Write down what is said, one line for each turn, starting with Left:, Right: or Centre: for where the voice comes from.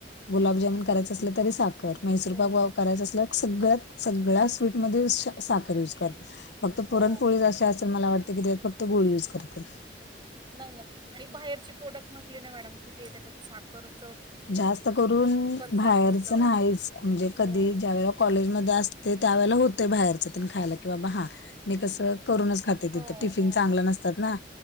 Left: गुलाबजामन करायच असलं तरी साखर मैसूरपाक
Right: हो
Left: करायचं असलं सगळ्यात सगळ्या स्वीटमध्ये साखर युज करतात. फक्त
Right: हो
Left: पुरणपोळी अशी असल मला वाटतं की त्याज्यात फक्त गुळ यूज करतील.
Right: नाही ना आणि बाहेरची प्रोडक्ट म्हटली ना मॅडम कि ते त्याच्यात साखरच
Left: जास्त करून बाहेरच
Right: साखरचं
Left: नाहीच म्हणजे कधी
Right: हो
Left: ज्यावेळे कॉलेज मध्ये असते त्यावेळेला होतंय बाहेरचन ते खायला की बाबा हा मी कस करूनच खात ते
Right: हो
Left: -तिथं टिफिन
Right: हो
Left: चांगलं नसतात ना.